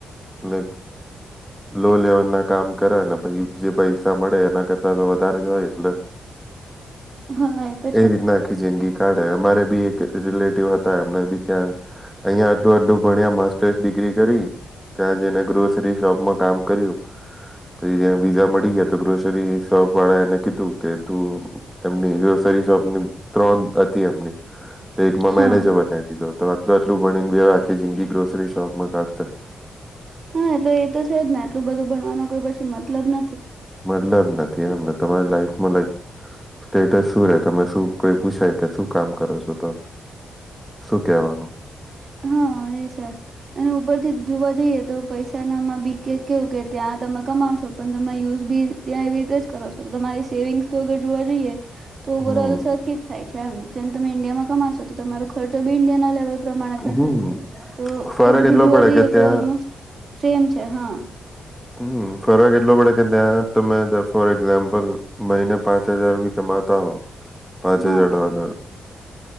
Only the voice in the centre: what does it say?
લક
લો લેવલ ના કામ કરે ને પછી જે પૈસા મળે એના કરતા તો વધારે જ હોય એટલે
એ રીત નાખી જેંગી. કાર્ડ અમારે બી રિલેટિવ હતા એમને બી ત્યાં અહિયાં આટલું આટલું ભણ્યા માસ્ટર્સ ડિગ્રી કરી ત્યાં જઈને ગ્રોસરી શોપમાં કામ કર્યું. પછી વિઝા મળી ગયા તો ગ્રોસરી શોપ વાળા એને કીધું કે તું એમની ગ્રોસરી શોપની ત્રણ હતી એમની. તો એકમાં
મેનેજર બનાવી દીધો. તો આટલું આટલું ભણીને બી હ આખી જિંદગી ગ્રોસરી શોપમાં કાઢશે.
મતલબ ન થી એમ તમારી લાઈફમાં લક સ્ટેટસ શું રે તમે શું કોઈ પૂછાય કે શું કામ કરો છો તો. શું કેવાનું?
હમ
હમ
ફરક
એટલો
પડે
કે ત્યાં
હમ્મ ફરક એટલો પડે કે ત્યાં તમે ફોર એક્ઝામ્પલ મહિને પાંચ હજાર ભી કમાતા હો. પાંચ
હજાર ડોલર.